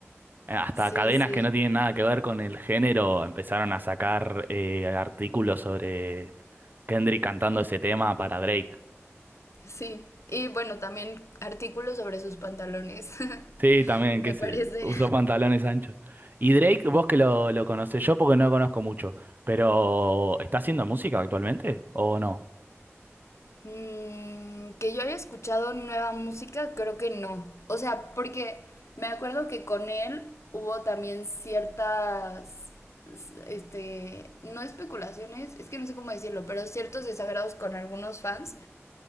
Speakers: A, on the right (about 40°); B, on the left (about 75°).
A: Eh, Hasta
B: sí,
A: cadenas
B: sí,
A: que no tienen nada que ver con el género empezaron a sacar eh, artículos sobre Kendrick cantando ese tema para Drake.
B: sí. Y bueno, también artículos sobre sus pantalones, <laughs>
A: Sí, también, que
B: me
A: se
B: parece.
A: usó pantalones anchos. Y Drake, vos que lo, lo conocés, yo porque no lo conozco mucho, pero ¿está haciendo música actualmente o no?
B: Mm, que yo haya escuchado nueva música, creo que no. O sea, porque me acuerdo que con él hubo también ciertas, s- este, no especulaciones, es que no sé cómo decirlo, pero ciertos desagrados con algunos fans